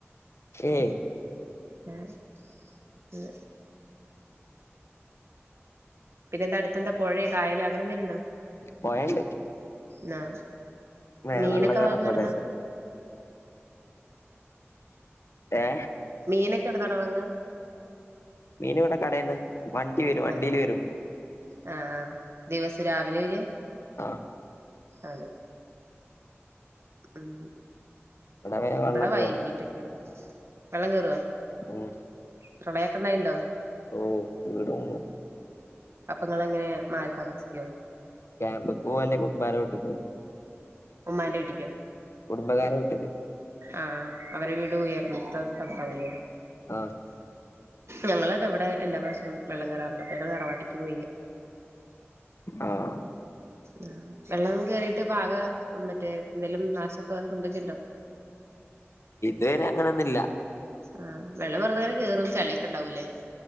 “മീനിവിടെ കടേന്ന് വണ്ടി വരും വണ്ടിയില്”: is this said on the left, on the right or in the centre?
Left